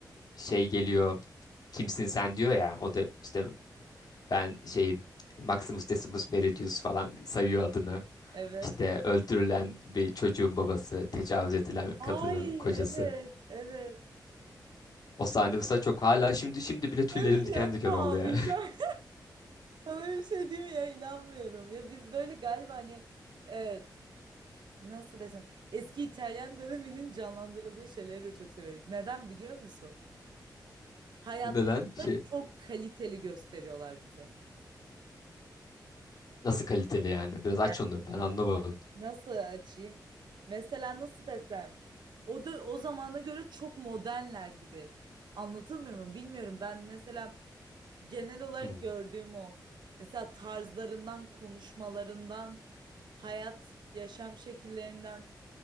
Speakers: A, on the left; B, on the right.
A: e, şey geliyor kimsin sen diyor ya o da işte Ben şeyim Maximus Decimus Meridius falan sayıyor adını.
B: Evet.
A: İşte öldürülen bir çocuğun babası, tecavüz edilen
B: Ay
A: kadının kocası.
B: evet evet.
A: O sahne mesela çok hala şimdi şimdi bile tüylerim
B: Evet
A: diken
B: yapma
A: diken oldu
B: ağlayacağım.
A: ya.
B: <laughs> Sana bir şey değil mi ya inanmıyorum. Ya biz böyle galiba hani e, nasıl desem eski İtalyan döneminin canlandırıldığı şeyleri de çok severiz. Neden biliyor musun? Hayatta
A: <laughs> Neden? Şey
B: çok kaliteli gösteriyorlar bize.
A: nasıl kaliteli yani? Biraz aç
B: Yani
A: onu ben anlamadım.
B: nasıl açayım? Mesela nasıl desem o da o zamana göre çok modernler gibi. Anlatılmıyor mu? Bilmiyorum. Ben mesela genel olarak
A: Hmm.
B: gördüğüm o. Mesela tarzlarından, konuşmalarından, hayat, yaşam şekillerinden.